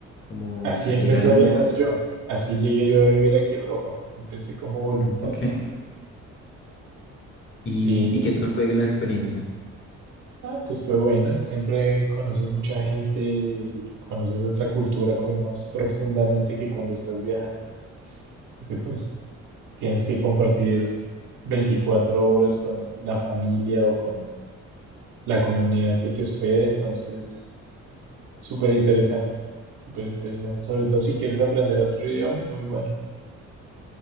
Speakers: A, on the left; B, on the right.
A: como
B: Así
A: que
B: empecé
A: llegar a
B: a
A: un
B: viajar
A: lugar.
B: yo, así llegué yo a vivir aquí a Europa, empecé como voluntario.
A: Ok. ¿Y,
B: y
A: y qué tal fue la experiencia?
B: Ah, pues fue buena, siempre conoces mucha gente y conoces otra cultura como más profundamente que cuando estás viajando, porque pues tienes que compartir 24 horas con la familia o con la comunidad que te hospede, entonces súper interesante, súper interesante, sobre todo si quieres aprender otro idioma, es muy bueno.